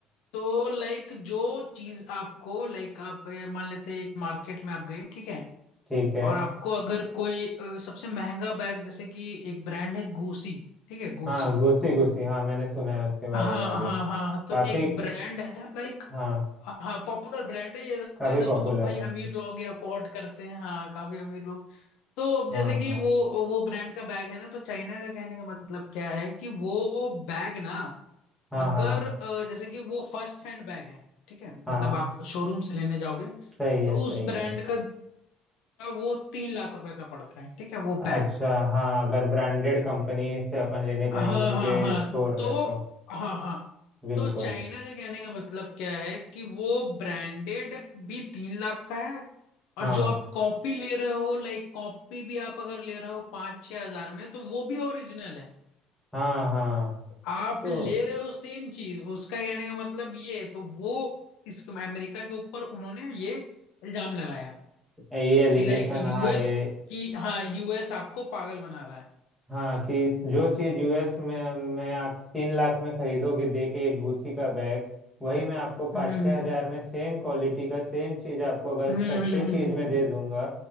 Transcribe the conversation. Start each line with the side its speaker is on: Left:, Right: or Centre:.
Left: तो लाइक जो चीज आपको लाइक आप अ, मान लेते हैं एक मार्केट में आप गए ठीक है
Centre: ठीक है
Left: और आपको अगर कोई अ, सबसे महंगा बैग जैसे कि एक ब्रांड है गुसी ठीक है गुसी
Centre: हाँ घुसी घुसी हाँ मैंने सुना है उसके बारे
Left: हाँ हाँ
Centre: में भी
Left: हाँ हाँ, तो
Centre: काफी
Left: एक ब्रांड है लाइक
Centre: हाँ
Left: हाँ पॉपुलर ब्रांड है ये ज्यादा
Centre: काफी पॉपुलर
Left: मतलब भाई
Centre: है
Left: अमीर लोग ये अफोर्ड करते हैं हाँ काफी अमीर लोग तो अब
Centre: हाँ
Left: जैसे कि
Centre: हाँ
Left: वो वो ब्रांड का बैग है ना तो चाइना का कहने का मतलब क्या है कि वो बैग ना
Centre: हाँ
Left: अगर
Centre: हाँ
Left: अ, जैसे कि वो फर्स्ट हैंड बैग है ठीक है
Centre: हाँ
Left: मतलब आप शोरूम से लेने जाओगे
Centre: सही है
Left: तो
Centre: सही
Left: उस ब्रांड
Centre: है
Left: का वो तीन लाख रुपए का पड़ता है ठीक है वो
Centre: अच्छा
Left: बैग
Centre: हाँ अगर ब्रांडेड कंपनी से अपन लेने जाएंगे
Left: हाँ
Centre: उनके
Left: हाँ हाँ
Centre: स्टोर
Left: तो
Centre: में तो
Left: हाँ हाँ
Centre: बिल्कुल
Left: तो चाइना का कहने का मतलब क्या है कि वो ब्रांडेड भी तीन लाख का है और
Centre: हाँ
Left: जो आप कॉपी ले रहे हो लाइक कॉपी भी आप अगर ले रहे हो पाँच छह हजार में तो वो भी ओरिजिनल है
Centre: हाँ हाँ
Left: आप
Centre: तो
Left: ले रहे हो सेम चीज उसका कहने का मतलब ये है। तो वो इस अमेरिका के ऊपर उन्होंने ये इल्जाम लगाया
Centre: ये एलिगेशन
Left: कि लाइक यूएस
Centre: हाँ ये
Left: की हाँ यूएस आपको पागल बना रहा है
Centre: हाँ कि जो चीज यूएस में में आप तीन लाख में खरीदोगे दे के एक गुसी का बैग वही मैं आपको पाँच
Left: हम्म
Centre: छः हजार
Left: हम्म
Centre: में सेम क्वालिटी का सेम चीज आपको अगर
Left: हम्म
Centre: सस्ते
Left: हम्म हम्म
Centre: चीज
Left: हम्म
Centre: में
Left: हम्म हम्म,
Centre: दे दूंगा